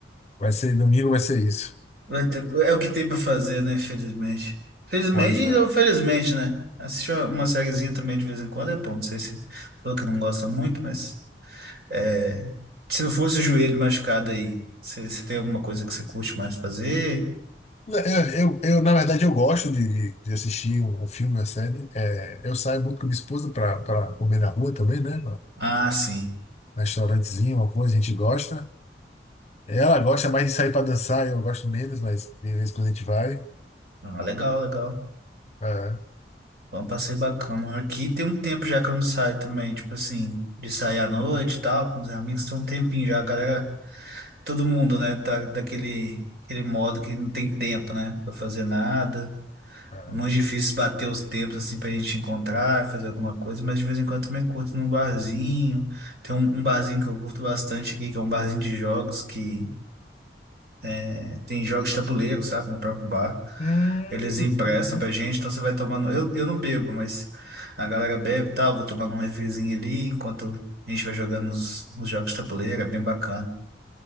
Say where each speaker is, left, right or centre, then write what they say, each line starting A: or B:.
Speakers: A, on the left (about 35°); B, on the right (about 60°).
A: vai ser domingo, vai ser isso.
B: Vai ter- É o que tem pra fazer, né? Infelizmente. Felizmente
A: Pois é.
B: ou felizmente, né? Assistir uma sériezinha também de vez em quando é bom. Não sei se falou que não gosta muito, mas é, se não fosse o joelho machucado aí, você você tem alguma coisa que você curte mais fazer?
A: Eu, eu, eu, na verdade, eu gosto de, de de assistir um, um filme, uma série. É, eu saio muito com minha esposa para comer na rua também, né?
B: Ah, sim.
A: um restaurantezinho, uma coisa, a gente gosta. Ela gosta mais de sair para dançar, eu gosto menos, mas de vez em quando a gente vai.
B: Ah, legal, legal.
A: É,
B: Foi um passeio bacana. Aqui tem um tempo já que eu não saio também, tipo assim, de sair à noite e tal, com os amigos. Tem um tempinho já, a galera. todo mundo, né, tá daquele aquele modo que não tem tempo, né, para fazer nada.
A: é.
B: É muito difícil bater os tempos assim pra gente encontrar, fazer alguma coisa, mas de vez em quando também curto num barzinho. Tem um, um barzinho que eu curto bastante aqui, que é um barzinho de jogos que é, tem jogos de tabuleiro, sabe, no próprio bar.
A: Hum,
B: Eles emprestam
A: uhum.
B: pra gente, então você vai tomando. Eu, eu não bebo, mas a galera bebe e tal, vou tomando um refrizinho ali enquanto a gente vai jogando os, os jogos de tabuleiro, é bem bacana.